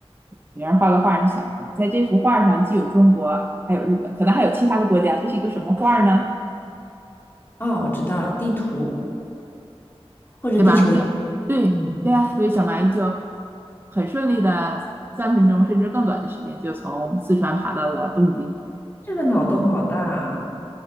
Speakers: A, on the right; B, on the left.
A: 别人画个画，你想吧，在这幅画上既有中国，还有日本，可能还有其他的国家，这是一个什么画呢？
B: 啊，我知道了，地图或者地球仪
A: 对吧？行，对对呀、
B: 嗯，
A: 所以小蚂蚁就很顺利的三分钟甚至更短的时间，就从四川爬到了东京。
B: 这个脑洞好大啊